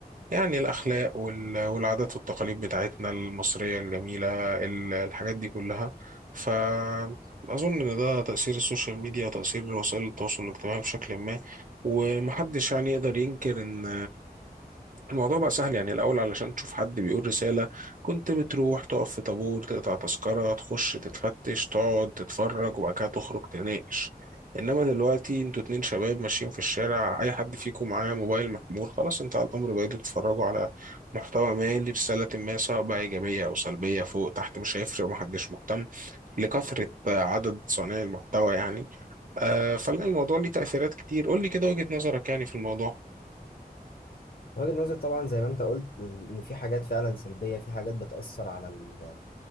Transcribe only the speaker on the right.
يعني الأخلاق وال- والعادات والتقاليد بتاعتنا المصرية الجميلة ال- الحاجات دي كلها فأظن إن ده تأثير السوشيال ميديا وتأثير وسائل التواصل الاجتماعي بشكل ما ومحدش يعني يقدر ينكر إن الموضوع بقى سهل يعني الأول علشان تشوف حد بيقول رسالة كنت بتروح تقف في طابور تقطع تذكرة تخش تتفتش تقعد تتفرج وبعد كده تخرج تناقش إنما دلوقتي انتوا اتنين شباب ماشيين في الشارع أي حد فيكم معاه موبايل محمول خلاص انتهى الأمر بقيتوا تتفرجوا على محتوى ما لرسالة ما سواء بقى إيجابية أو سلبية فوق تحت مش هيفرق ومحدش مهتم لكثرة عدد صانعي المحتوى يعني آه، فلا الموضوع ليه تأثيرات كتير قول لي كده وجهة نظرك يعني في الموضوع